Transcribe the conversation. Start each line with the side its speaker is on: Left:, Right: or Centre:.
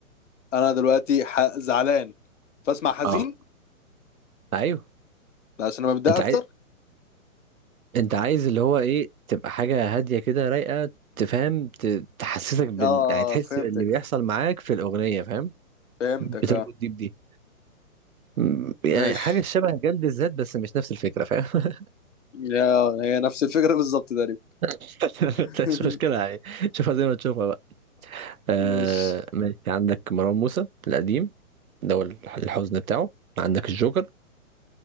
Left: انا دلوقتي ح... زعلان فاسمع حزين
Right: اه ايوه
Left: عشان ابقى متضايق
Right: انت
Left: اكتر
Right: انت عايز اللي هو ايه تبقى حاجة هادية كده رايقة تفهم ت- تحسسك بال
Left: اه
Right: يعني تحس
Left: فهمتك
Right: باللي بيحصل معاك في الأغنية فاهم
Left: فهمتك
Right: بتربط
Left: اه
Right: دي بدي م- يعني
Left: ماشي
Right: حاجة شبه جلد الذات بس مش نفس الفكرة فاهم
Left: يا هي نفس الفكرة بالظبط تقريبا
Right: <laughs>
Left: <laughs>
Right: مش مشكلة يعني شوفها زي ما تشوفها بقى آه
Left: ماشي
Right: ماشي عندك مروان موسى القديم ده هو الح- الحزن بتاعه عندك الجوكر